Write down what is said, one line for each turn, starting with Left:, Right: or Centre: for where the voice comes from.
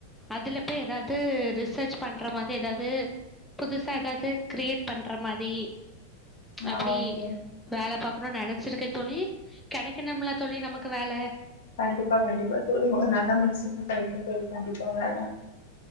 Centre: அதுல போய் எதாவது ரிசர்ச் பண்ற மாரி எதாவது புதுசா ஏதாவது கிரியேட் பண்ற மாரி
Left: ஆ
Centre: அப்டி
Left: ஓகே
Centre: வேல பாக்கணு நெனச்சிருக்கே தோழி கெடக்கணும்லா தோழி நமக்கு வேல
Left: கண்டிப்பா கண்டிப்பா தோழி உங் நல்ல மனசுக்கு கெடைக்கு தோழி கண்டிப்பா வேல